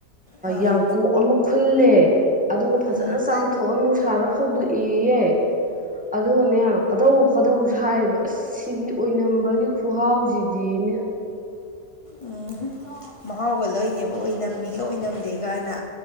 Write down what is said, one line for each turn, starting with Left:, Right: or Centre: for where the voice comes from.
Left: ꯑꯥ
Centre: ꯌꯥꯡꯀꯣꯛ ꯑꯃ ꯈꯨꯜꯂꯦ ꯑꯗꯨꯒ ꯐꯖꯅ
Left: ꯎꯝ
Centre: ꯆꯥꯝꯊꯣꯛꯑ ꯅꯨꯡꯁꯥꯗ ꯐꯧꯗꯣꯛꯑꯦꯌꯦ ꯑꯗꯨꯒꯅꯦ ꯀꯗꯧ ꯀꯗꯧ ꯁꯥꯏꯔꯤꯕ ꯑꯁ ꯁꯤꯒꯤ ꯑꯣꯏꯅꯝꯕꯒꯤ ꯈꯨꯍꯥꯎꯁꯤꯗꯤꯅꯦ
Left: ꯎꯝ ꯃꯍꯥꯎꯒ ꯂꯣꯏꯅꯦꯕ ꯑꯣꯏꯅꯝꯃꯤꯒ ꯑꯣꯏꯅꯝꯗꯦꯒꯅ